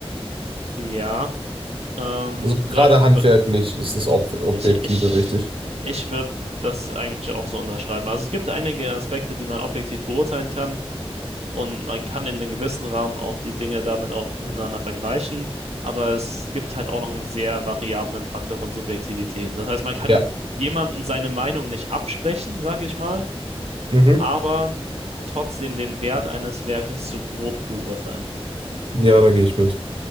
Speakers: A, on the right (about 90°); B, on the right (about 60°).
A: ja, ähm,
B: Also gerade
A: würd,
B: handwerklich
A: würd,
B: ist das Ob Objektive
A: ich, ich,
B: wichtig.
A: ich würde das eigentlich auch so unterschreiben. Also es gibt einige Aspekte, die man objektiv beurteilen kann. Und man kann in einem gewissen Rahmen auch die Dinge damit auch miteinander vergleichen, aber es gibt halt auch noch einen sehr variablen Faktor von Subjektivität. Das heißt, man kann
B: Ja.
A: jemanden seine Meinung nicht absprechen, sage ich mal,
B: Mhm.
A: aber trotzdem den Wert eines Werkes so grob beurteilen.
B: Ja, da gehe ich mit.